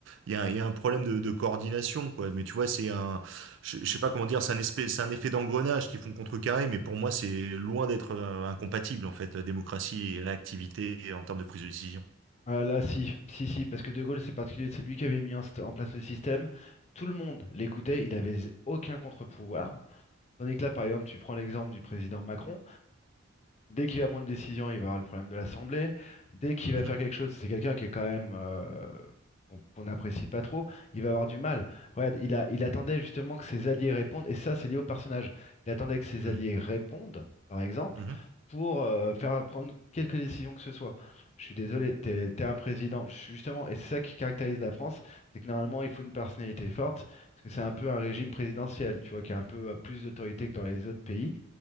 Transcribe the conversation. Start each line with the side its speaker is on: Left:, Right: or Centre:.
Right: il y a, il y a un problème de, de coordination, quoi. Mais tu vois, c'est un je, je sais pas comment dire, c'est un espèce, c'est un effet d'engrenage qui font contrecarrer, mais pour moi, c'est loin d'être euh, incompatible, en fait, euh, démocratie et réactivité en termes de prise de décision.
Left: Ah là, si, si, si, parce que De Gaulle, c'est particulier, c'est lui qui avait mis en, st- en place le système. Tout le monde l'écoutait, il avait z- aucun contre-pouvoir. Tandis que là, par exemple, tu prends l'exemple du président Macron. Dès qu'il va prendre une décision, il va avoir le problème de l'Assemblée. Dès qu'il va
Right: Mhm,
Left: faire quelque chose, c'est quelqu'un qui est quand même euh, qu'on qu'on n'apprécie pas trop, il va avoir du mal. Regarde, il a, il attendait justement que ses alliés répondent, et ça, c'est lié au personnage. Il attendait que ses
Right: mhm,
Left: alliés répondent, par exemple,
Right: mhm,
Left: pour euh, faire prendre quelques décisions que ce soit. Je suis désolé, t'es, t'es un président, Je suis justement, et c'est ça qui caractérise la France, c'est que normalement, il faut une personnalité forte, parce que c'est un peu un régime présidentiel, tu vois, qui a un peu euh, plus d'autorité que dans les autres pays